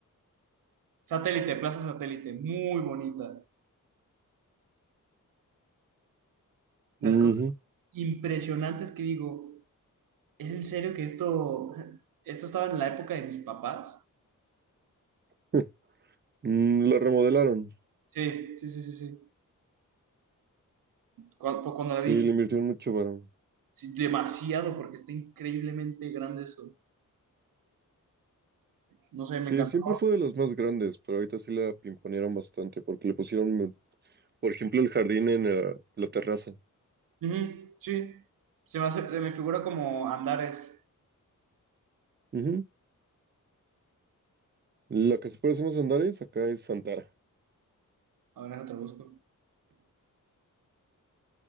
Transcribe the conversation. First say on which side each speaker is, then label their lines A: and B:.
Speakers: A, on the right; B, on the right.
A: Satélite, Plaza Satélite, muy bonita. Las
B: Ujú.
A: cosas impresionantes que digo, ¿es en serio que esto, esto estaba en la época de mis papás?
B: <laughs> Mm, la remodelaron.
A: Sí, sí, sí, sí, sí. Cuando, pues, cuando la
B: Sí,
A: vi dije,
B: le invirtieron mucho varón.
A: sí, demasiado, porque está increíblemente grande eso. No sé, me
B: Sí,
A: encantó.
B: siempre fue de las más grandes, pero ahorita sí la pimponearon bastante porque le pusieron, por ejemplo, el jardín en eh, la, terraza.
A: Ujú, sí, se me hace- se me figura como Andares.
B: Ujú. La que se parece más a Andares acá es Antara.
A: A ver, te lo busco.